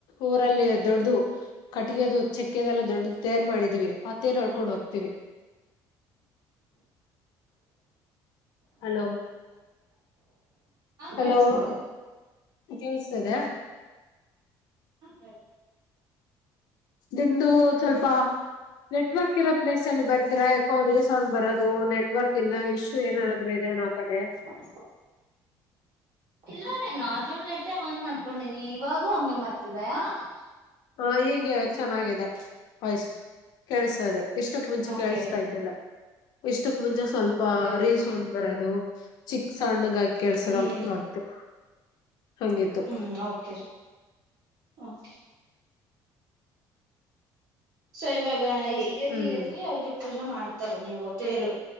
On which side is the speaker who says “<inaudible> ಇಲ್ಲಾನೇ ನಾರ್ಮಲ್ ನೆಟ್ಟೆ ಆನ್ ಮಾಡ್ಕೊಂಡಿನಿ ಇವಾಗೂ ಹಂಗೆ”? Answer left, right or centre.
Right